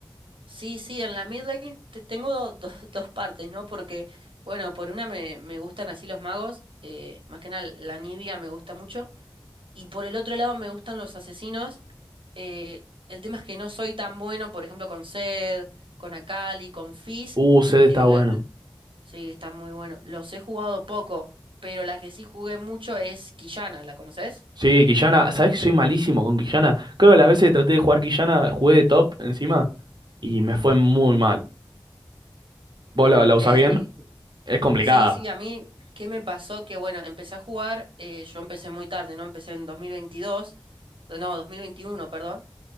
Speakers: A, on the right; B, on the right.
A: sí, sí, en la mid lane te- tengo do- do- <laughs> dos partes, ¿no? Porque, bueno, por una me, me gustan así los magos, eh, más que nada la Nibia me gusta mucho. Y por el otro lado me gustan los asesinos. eh, el tema es que no soy tan bueno, por ejemplo, con Zed, con Akali, con Fizz.
B: Uh, Zed está
A: eh, lo-
B: bueno.
A: lo- sí, está muy bueno. Los he jugado poco, pero la que sí jugué mucho es Quillana, ¿la conoces?
B: Sí, Quillana, ¿sabés que soy malísimo con Quillana? Creo que las veces que traté de jugar Quillana, jugué de top encima y me fue muy mal. ¿Vos la, la usás
A: Eh,
B: bien?
A: sí, sí.
B: Es complicada.
A: Sí, sí, a mí, ¿qué me pasó? Que bueno, empecé a jugar, eh, yo empecé muy tarde, ¿no? Empecé en 2022 no, 2021 perdón.